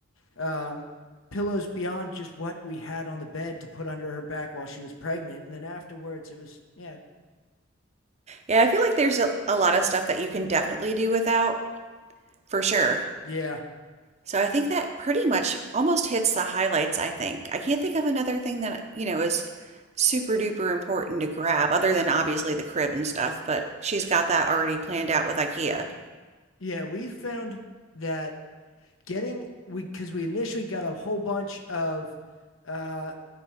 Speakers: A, on the left; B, on the right.
A: um, pillows beyond just what we had on the bed to put under her back while she was pregnant. And then afterwards, it was, yeah,
B: Yeah, I feel like there's a, a lot of stuff that you can definitely do without, for sure.
A: yeah,
B: So I think that pretty much almost hits the highlights, I think. I can't think of another thing that, you know, is super duper important to grab, other than obviously the crib and stuff, but she's got that already planned out with IKEA.
A: yeah. We found that getting we because we initially got a whole bunch of uh